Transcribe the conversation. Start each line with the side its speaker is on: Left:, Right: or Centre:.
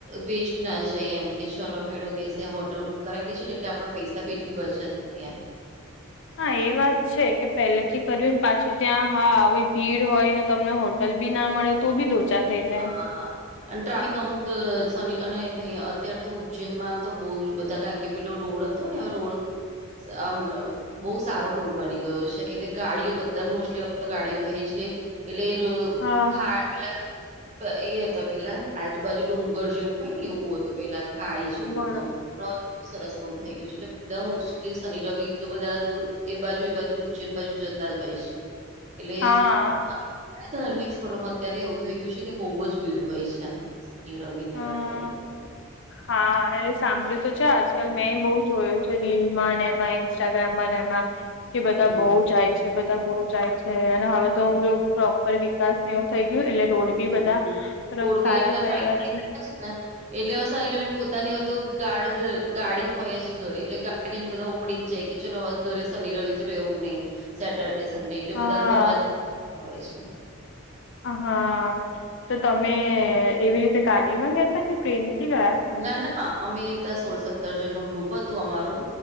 Right: વેસ્ટ ના જાય એમ કે ચલો હેડો કે છે હોટલ બુક કરાયેલી છે ને એટલે આપણા પૈસા ભી એટલી બચત થાય એમ.
Left: હા એ વાત છે કે પહેલે થી કર્યું પાછું ત્યાં હા આવી ભીડ હોય ને તમને હોટ હોટલ બી ના મળે તો બી લોચા થઈ જાય
Right: હા હા હા. અને ટ્રાફિક અમુક અને અત્યાર તો ઉજ્જૈનમાં તો બહુ જ બધા કારણ કે પેલો રોડ હતો ને હ રોડ સા આમ બહુ સારો રોડ બની ગયો છે એટલે ગાડીઓ બધા મોસ્ટલી ગાડીઓ થઈ જ ગઈ. એટલે એર
Left: હા
Right: ખા પેલા એ હતા પેલા આજુબાજુ ડુંગર જેવું હોય ને એવું હતું પેલા ખાઈ જેવું
Left: બરોબર
Right: હતું આમ <unintelligible> સરસ રોડ થઈ ગયો છે એટલે બધા ઉછલી શનિ રવિ તો બધા એ બાજુ એ બાજુ ઉજ્જૈન બાજુ જતા જ હોય છે. <inaudible> એટલે
Left: હા
Right: ધાર્મિક સ્થળોમાં અત્યારે એવું થઈ ગયું છે કે બહુ જ ભીડ હોય છે એમ. <unintelligible>
Left: હા હા એટલે સાંભળ્યું તો છે આજકાલ મેં બહુ જોયું. રીલમાં ને એમાં ઇન્સ્ટાગ્રામ માં એમાં કે બધા
Right: હમ
Left: બહુ જાય છે. બધા બહુ જાય છે અને હવે તો પ્રોપર વિકાસ એવું થઈ ગયું એટલે દોડ
Right: હમ
Left: બી બધા પ
Right: રોડ બી
Left: સારા
Right: એટલા
Left: થઈ
Right: ફાઈન
Left: ગયા છે.
Right: ને એટલેનીરબન પોતાની હોય તો ગાડર ગાડી હોય જ ઘર એટલે ને બધા ઉપડી જ જાય કે ચલો હવે ઘરે શનિ રવિ તો રહેવું જ નહી. સેટરડે સડે એટલે
Left: હા
Right: બધા ફરવા હોય છે.
Left: હા તો તમે એવી રીતે ગાડીમાં ગયાતા કે ટ્રેનથી ગયા? તા
Right: ના ના અમે તં સોળ સત્તર જન નો ગ્રુપ હતું અમારૂ